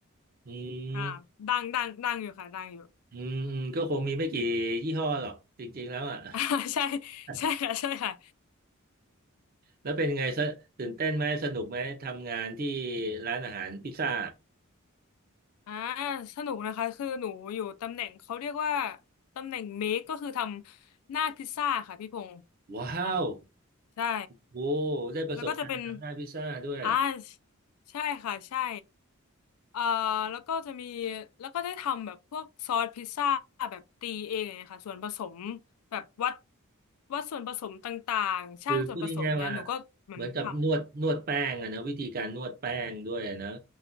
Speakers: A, on the right; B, on the left.
A: <laughs> อืม
B: อ่าดังดังดังอยู่ค่ะดังอยู่
A: อืมอืมก็คงมีไม่กี่ยี่ห้อหรอกจริงๆแล้วอ่ะ
B: <laughs> อ่าใช่
A: <laughs>
B: ใช่ค่ะใช่ค่ะ
A: แล้วเป็นไงสตื่นเต้นไหมสนุกไหมทำงานที่ร้านอาหารพิซซ่า
B: อ่าสนุกนะคะคือหนูอยู่ตำแหน่งเขาเรียกว่าตำแหน่งเมคก็คือทำหน้าพิซซ่าค่ะพี่พงษ์
A: ว้าว
B: ใช่
A: โอ้ได้ประสบการณ์ทำหน้าพิซซ่าด้วย
B: แล้วก็จะเป็นอ่าใช่ค่ะใช่เอ่อแล้วก็จะมีแล้วก็ได้ทำแบบพวกซอสพิซซ่าแบบตีเองอย่างเงี้ยค่ะ ส่วนผสมแบบวัดวัดส่วนผสมต่างๆ ช่างส่วนผสมอย่างเงี้ยหนูก็เหมือนทำ
A: คือพูดง่ายๆว่าเหมือนกับนวดนวดแป้งอะนะวิธีการนวดแป้งด้วยนะ